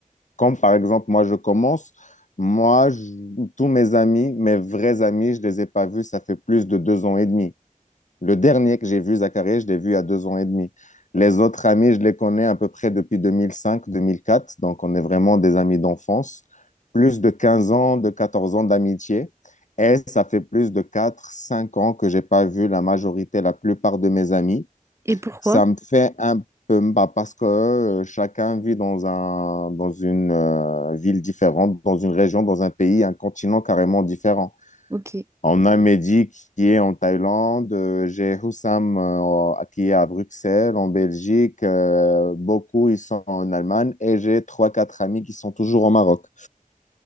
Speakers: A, on the left; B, on the right.
A: comme par exemple, moi, je commence. Moi, je- tous mes amis, mes vrais amis, je les ai pas vus, ça fait plus de deux ans et demi. Le dernier que j'ai vu, Zachary, je l'ai vu il y a deux ans et demi. Les autres amis, je les connais à peu près depuis 2005-2004, donc on est vraiment des amis d'enfance. Plus de 15 ans, de 14 ans d'amitié. Et ça fait plus de quatre, cinq ans que j'ai pas vu la majorité, la plupart de mes amis.
B: Et pourquoi?
A: Ça me fait un peu, bah, parce que euh, chacun vit dans un, dans une euh, ville différente, dans une région, dans un pays, un continent carrément différent.
B: Ok.
A: On a Mehdi qui est en Thaïlande, euh, j'ai Houssam euh, qui est à Bruxelles, en Belgique, euh, beaucoup ils sont en Allemagne et j'ai trois, quatre amis qui sont toujours au Maroc.